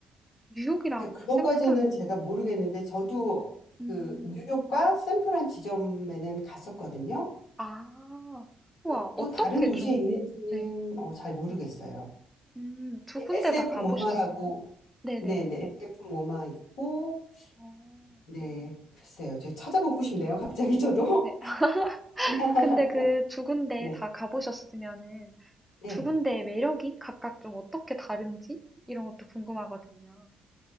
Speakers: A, in the centre; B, on the left.
A: 뉴욕이랑
B: 근데 그것까지는
A: 샌프란은,
B: 제가 모르겠는데
A: 네.
B: 저도
A: 음,
B: 그 뉴욕과 샌프란 지점에는 갔었거든요.
A: 아, 우와,
B: 또
A: 어떻게
B: 또 다른 도시에
A: 좀,
B: 있는지는
A: 네,
B: 어, 잘 모르겠어요.
A: 네. 음, 두 군데
B: SF
A: 다 가보셨으면
B: 모마라고,
A: 네네네네.
B: 네네, SF 모마 있고,
A: 어.
B: 네, 글쎄요. 제가 찾아보고 싶네요. 갑자기 저도.
A: 네. <laughs>
B: <laughs>
A: 근데 그 두 군데
B: 네,
A: 다 가보셨으면은
B: 네.
A: 두 군데의 매력이 각각 좀 어떻게 다른지 이런 것도 궁금하거든요.